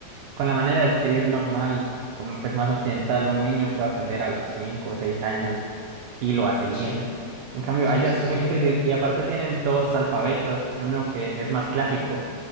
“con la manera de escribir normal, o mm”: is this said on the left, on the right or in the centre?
Right